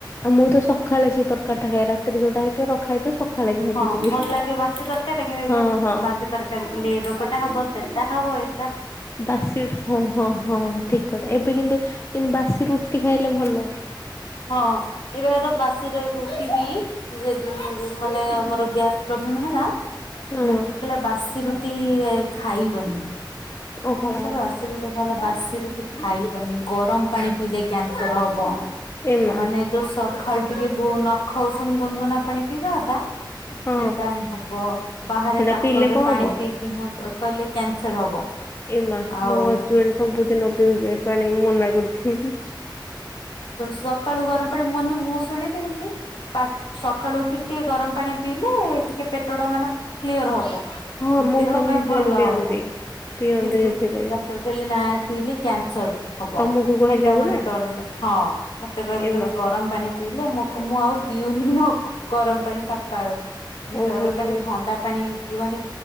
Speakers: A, on the left; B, on the left.
A: ଆଉ ମୁଁ ତ ସକାଳେ ସେ ତରକାରୀ ଟା ଖାଏ ରାତିରେ ଯୋଉଟା ହେଇଥିବ ରଖା ହେଇଥିବ ସକାଳେ ଖାଇକି
B: ହଁ
A: ଯିବି।
B: ଭଲ ଲାଗେ ବାସି ତରକ <unintelligible>
A: ହଁ ହଁ
B: ବାସି ତରକାରୀ ଖାଇଲେ ରୋଗଟା ହବ, ସେଟା ହବ, ଏ
A: ବାସି ରୁ ହଁ ହଁ ହଁ ଠିକ୍ କଥା ଏବେ କିନ୍ତୁ କିନ୍ତୁ ବାସି ରୁଟି ଖାଇଲେ ଭଲ।
B: ହଁ ଏବେତ ବାସିରେ ରୁଟିବି ମଝିରେ ଯୋଉ ଯୋଉ ମାନେ ଆମର ଗ୍ୟାସ୍ ପ୍ରୋବ୍ଲେମ ହେଲା
A: ହଁ
B: ଡ଼କ୍ଟର କହିଲା ବାସି ରୁଟି ଖାଇବନି
A: ଓହୋ
B: <unintelligible>
A: ହୋ
B: ସେଟି ଗୋଟେ କହିଲା, ବାସି ରୁଟି ଖାଇବନି। ଗରମ ପାଣି ପିଇଲେ କ୍ୟାନସର ହବ।
A: ଏମା
B: ଆଉ ମାନେ ଯୋଉ ସଖାଳୁ ଟିକେ ଗୁ ନଖ ଉଷୁମ ଗୁନ ଗୁନା ପାଣି ପିଇବା କଥା ସେଟା
A: ହଁ
B: ହିଁ ହବ। ବାହାରେ
A: ସେଇଟା
B: କାକରରେ
A: ପିଇଲେ କଣ
B: ପାଣି
A: ହବ
B: ପିଇ ହଁ, ହଁ କହିଲେ କ୍ୟାନସର ହବ।
A: ଏ ମା
B: ଆଉ
A: ମୋ ହଜବେଣ୍ଡ ସବୁଦିନ ପିଉଥିବେ ପାଣି ମନା କରୁଥିମି ହିଁହିଁ - <unintelligible>
B: ସକାଳୁ ଗରମ ପାଣି ମାନେ ମୁଁ ଶୁଣିଥିଲି କି ପାକ ସକାଳୁ ଉଠିକି ଟିକେ ଗରମ ପାଣି ପିଇଲେ, ଟିକେ ପେଟ ଟା ମାନେ କ୍ଲିଅର ହବ।
A: ହଁ ମୋ
B: ଦେହ
A: ସ୍ୱାମୀ
B: ପାଇଁ
A: ସେଥିପାଇଁ
B: ଭଲ
A: ପିଅନ୍ତି
B: ହବ।
A: ପିଅନ୍ତି
B: କିନ୍ତୁ
A: ସେଥିପାଇଁ
B: ଡକ୍ଟର କହିଲେ ନା ଏ ପିଇଲେ କ୍ୟାନସର ହବ।
A: ତମକୁ କହିଲେ
B: ହେଟା
A: ପୁରା
B: ମାନେ ଡରେଇଲେ ହଁ, ମତେ କହିଲେ
A: ଏମା
B: କହିଲେ ଗରମ ପାଣି ପିଇଲେ ମୁଁ, ମୁଁ ଆଉ ପିଉନି ନ ଗରମ ପାଣି ସକାଳୁ। ମାନେ
A: ଓହୋ
B: କ ଏବେ କଇଲେ
A: ହୋ
B: ଥଣ୍ଡା ପାଣି ପିଇବନି